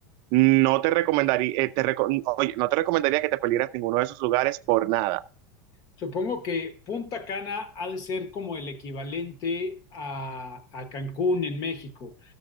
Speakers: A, on the right; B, on the left.
A: no te recomendaría, eh, te reco oye, no te recomendaría que te perdieras ninguno de esos lugares por nada.
B: Supongo que Punta Cana ha de ser como el equivalente a, a Cancún en México.